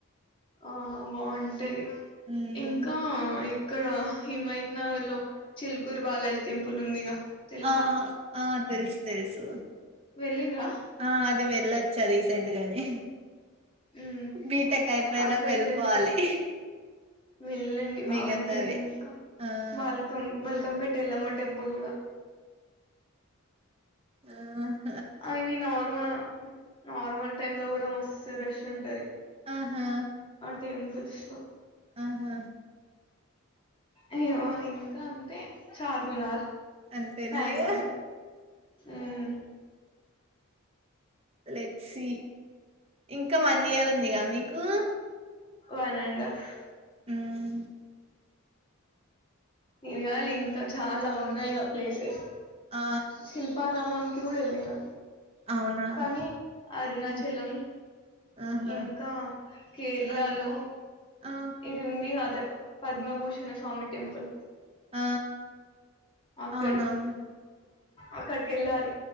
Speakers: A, on the left (about 25°); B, on the right (about 30°).
A: ఆ బాగుంటది
B: ఉమ్
A: ఇంకా ఇక్కడ హిమయత్ నగర్ లో చిల్కూరు బాలాజీ టెంపుల్ ఉందిగా తెలుసా
B: ఆ ఆ తెలుసు తెలుసు
A: వెళ్ళిండ్రా
B: ఆ ది వెళ్ళొచ్చా రీసెంట్ గానే
A: ఉమ్
B: బీటెక్ ఐపోయేలోపు
A: అక్కడికి
B: వెళ్ళిపోవాలి
A: వెళ్ళిన వెళ్ళండి బాగుంటాయి
B: మిగతావి
A: ఇంకా
B: ఆ
A: బాలకం బల్కంపేట వేలమ్మ టెంపుల్ కూడా
B: ఆ
A: అవి నార్మ నార్మల్ టైమ్ లో కూడా మస్తు రష్ ఉంటది
B: ఆహా
A: టెంపుల్స్లో
B: ఆహా
A: అయ్యో
B: హ్మ్.
A: ఇంకా అంతే చార్మినార్
B: అంతేనా
A: ట్యాంగ్
B: ఇగ
A: బాండ్ మ్
B: లెట్ సీ ఇంకా వన్ ఇయర్ ఉందిగా మీకు
A: వన్ అండ్ ఆఫ్
B: హ్మ్.
A: తిరగాలి ఇంకా చాలా ఉన్నాయిగా ప్లేసెస్
B: ఆ
A: శిల్ప రామం కి కూడా వెళ్లినా
B: అవునా
A: కానీ అరుణాచలం
B: హ్మ్. ఆహా
A: ఇంకా కేరళ
B: ఆ
A: లో
B: ఆ
A: ఇది ఉంది గా పద్మభూషణ స్వామి టెంపుల్
B: ఆ
A: అక్కడికి
B: అవునవును
A: అక్కడికి ఎళ్ళాలి